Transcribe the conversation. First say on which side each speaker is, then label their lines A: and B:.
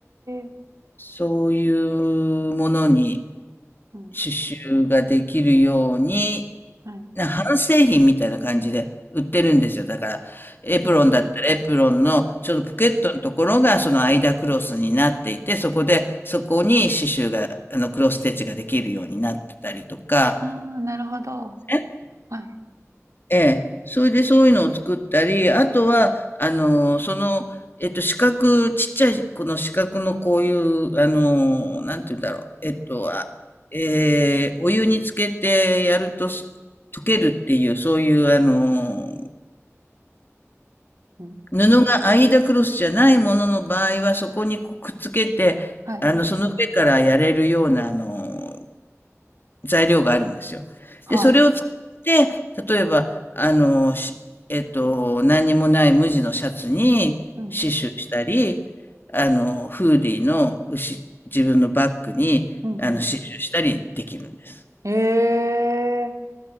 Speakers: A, on the right (about 85°); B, on the left (about 45°).
A: ー。
B: そういうものに
A: うん。
B: 刺繍ができるように、
A: はい。
B: な半製品みたいな感じで売ってるんですよ。だから、エプロンだったらエプロンのちょうどポケットのところがその間クロスになっていて、
A: うん
B: そこで、そこに刺繍が、あの、クロスステッチができるようになってたりとか、
A: ああ、なるほど。
B: ね
A: はい
B: ええ。それでそういうのを作ったり、あとは、あの、その、えっと、四角、ちっちゃい、この四角のこういう、あの、なんて言うんだろう。えっと、あ、えーお湯につけてやるとす溶けるっていう、そういう、あの、
A: うん。
B: 布がアイダクロスじゃないものの場合は、そこにこうくっつけて、
A: はい。
B: あの、その上からやれるような、あの、材料があるんですよ。
A: はい。
B: で、それを使って、例えば、あの、しえっと、何にもない無地のシャツに刺繍したり、
A: うん。
B: あの、フーディーの牛自分のバッグに、
A: うん。
B: あの、
A: うん。
B: 刺繍したりできるんです。
A: ええー、